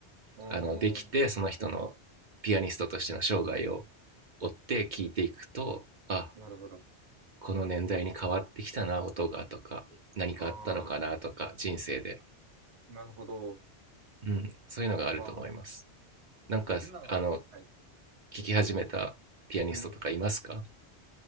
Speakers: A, on the right (about 75°); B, on the right (about 50°).
A: うー
B: あのできてその人の
A: ん、
B: ピアニストとしての生涯を追って聴いていくとあ
A: なるほど。
B: この年代に変わってきたな音がとか何かあったのかなとか人生で、
A: ああ、なるほど。
B: うん、そういうのがあると思います
A: ああ、面白い。
B: なんかあの
A: 今は、はい、
B: 聴き始めたピアニストとかいますか
A: うん。